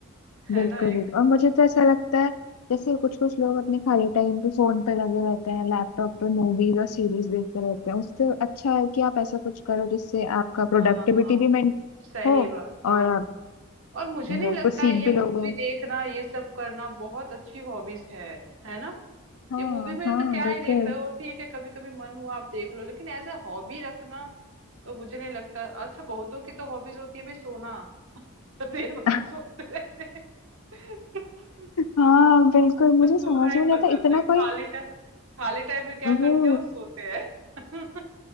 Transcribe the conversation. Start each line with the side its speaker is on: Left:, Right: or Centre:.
Right: है
Left: बिल्कुल
Right: ना एक
Left: बिल्कुल और मुझे तो ऐसा लगता है जैसे कुछ कुछ लोग अपने खाली टाइम पे फोन पे लगे रहते हैं लैपटॉप पे मूवीज और सीरीज देखते रहते हैं उससे अच्छा है कि आप ऐसा कुछ करो जिससे आपका प्रोडक्टिविटी
Right: हाँ
Left: भी मेंट
Right: सही
Left: हो
Right: बात
Left: और
Right: हाँ
Left: आप
Right: और मुझे
Left: वो
Right: नहीं लगता
Left: कुछ सीख
Right: ये
Left: भी
Right: मूवी
Left: लोगे
Right: देखना ये सब करना बहुत अच्छी हॉबीज है है ना
Left: हाँ
Right: ये मूवी में
Left: हाँ
Right: तो क्या
Left: बिल्कुल
Right: ही देख रहे हो ठीक है कभी कभी मन हुआ आप देख लो लेकिन एज ए हॉबी रखना तो मुझे नहीं लगता अच्छा बहुतों की तो हॉबीज होती है भाई सोना <laughs> देर बार
Left: <laughs>
Right: सोते रहते हैं <laughs>
Left: हाँ बिल्कुल मुझे
Right: बस सोना
Left: समझ
Right: ही
Left: में नहीं
Right: पसंद
Left: आता इतना
Right: है खाली
Left: कोई
Right: टाइम खाली टाइम में क्या
Left: वो
Right: करते हो सोते हैं <laughs>